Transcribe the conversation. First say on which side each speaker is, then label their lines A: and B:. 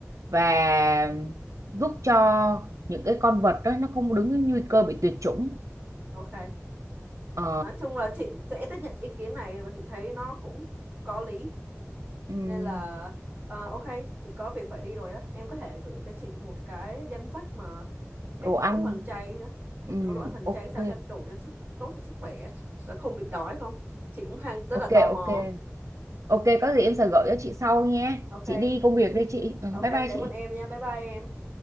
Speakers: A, on the right; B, on the right.
A: và giúp cho những cái con vật đó nó không đứng nguy cơ bị tuyệt chủng
B: ok
A: ờ,
B: nói chung là chị sẽ tiếp nhận ý kiến này và chị thấy nó cũng có lý
A: ừ,
B: nên là à, ok chị có việc phải đi rồi á em có thể gửi cho chị một cái danh sách mà cách
A: đồ ăn
B: nấu thuần chay đó cách
A: ừ,
B: nấu đồ ăn thuần
A: ok
B: chay sao cho đủ cho sức tốt cho sức khỏe và không bị đói không chị cũng hang rất
A: ok
B: là tò mò
A: ok ok có gì em sẽ gửi cho chị sau nha
B: ok
A: chị đi công việc đây chị ừ,
B: ok
A: bye bye
B: cảm
A: chị
B: ơn em nha bye bye em